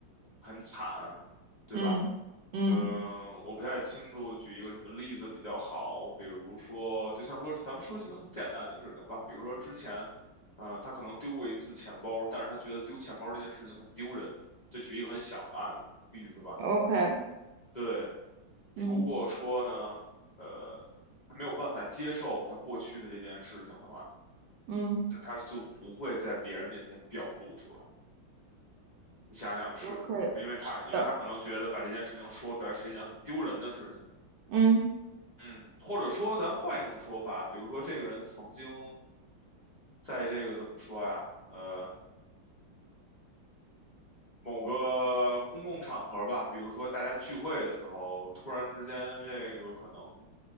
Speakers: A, on the left; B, on the right.
A: 很惨，对吧？
B: 嗯嗯
A: 嗯，我不太清楚，举一个什么例子比较好？比如说，就像说，咱们说几个很简单的事情吧。比如说之前，嗯、他可能丢过一次钱包，但是他觉得丢钱包这件事情很丢人。就举一个很小的案例子吧。
B: o k
A: 对，
B: 嗯
A: 如果说呢，呃，他没有办法接受他过去的这件事情的话，
B: 嗯
A: 那他就不会在别人面前表露出来。你想想是不是？
B: ，OK，
A: 因为他，
B: 是的，
A: 因为他可能觉得把这件事情说出来是一件很丢人的事情。
B: 嗯
A: 嗯，或者说，咱们换一种说法，比如说，这个人曾经在这个怎么说呀？呃，某个公共场合吧，比如说大家聚会的时候，突然之间，这个可能